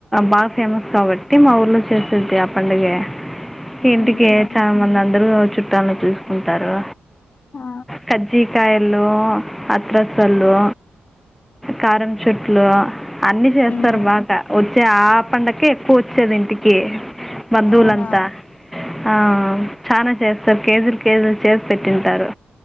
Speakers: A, in the centre; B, on the left.
A: బాగా ఫేమస్ కాబట్టి మా ఊర్లో చేసేది పండగే ఇంటికి
B: ఆహా
A: చాలా మంది అందరూ చుట్టాలను చూసుకుంటారు
B: ఆ
A: కజ్జికయలు అత్రసలు కారం చెట్లు అన్ని చేస్తారు
B: మ్మ్
A: బాట వచ్చే ఆ పండకే ఎక్కువ వచ్చేది ఇంటికి బంధువులంతా
B: అవునా
A: ఆ చనా చేస్తారు కేజీలు కేజీలు చేసి పెట్టింటారు